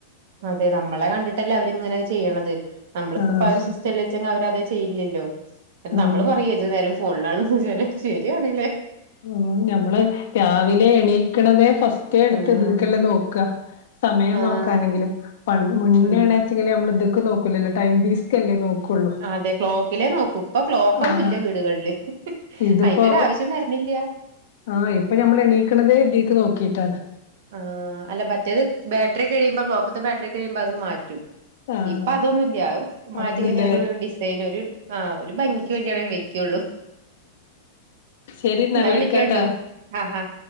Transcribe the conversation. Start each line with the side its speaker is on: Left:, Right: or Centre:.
Right: അതെ നമ്മളെ കണ്ടിട്ടല്ലേ അവരിങ്ങനെത് ചെയ്യണത് നമ്മളിപ്പ
Left: ആഹ്
Right: ഇപ്പൊപ്പാ ഒരു സിസ്റ്റ ച്ച അവരത് ചെയ്യില്ലല്ലോ എന്നട്ട്
Left: ഉം
Right: നമ്മള് പറയും ഏത് നേരം ഫോണിലാണെന്ന് ശരിയാണ്
Left: ഉം ഞമ്മള് രാവിലെ എണീക്കണതേ ഫസ്‌ റ്റേ
Right: ഉം
Left: ഇട്ത്ത് ഇതീക്കല്ലേ നോക്ക സമയം
Right: ആഹ്
Left: നോക്കാനെങ്കിലും പ മുന്നെണെ
Right: ഉം
Left: ച്ചിങ്ങല് അമ്മള് ഇത്ക്ക് നോക്കുലല്ലോ ടൈംപീസ് ക്കെല്ലേ നോക്കൊള്ളൂ
Right: അതെ ക്ലോക്കിലേ നോക്കൂ ഇപ്പൊ ക്ലോക്ക് ഒന്നും
Left: ആഹ്
Right: ഇല്ല വീട്കളില്
Left: ഇതിപ്പോ
Right: അയിന്റോര് ആവിശ്യം വര്ണില്ല
Left: ആഹ് ഇപ്പ ഞമ്മള് എണീക്ണതേ ഇതീക്ക് നോക്കീട്ടാണ്
Right: ആഹ് അല്ല മറ്റേത് ബാറ്ററി ഒക്കെ കഴിയുമ്പോ ക്ലോക്ക്ത്തെ ബാറ്ററി കയ്യുമ്പോ അതങ് മാറ്റും
Left: ആഹ്
Right: ഇപ്പ അതൊന്നുംല്ല അഹ് മാറ്റിക്കഴിഞ്ഞാ
Left: അതൊന്നുംല്ല
Right: ഒര് ഡിസൈൻ ഒരു ആഹ് ഒരു ഭംഗിക്ക് വേണ്ടിയാണ് വയ്ക്കൊള്ളൂ
Left: ശരി എന്നാ
Right: ഇന്നാ
Left: വിളിക്കാട്ടാ
Right: വിളിക്കൊണ്ടു ആഹ് ആഹ്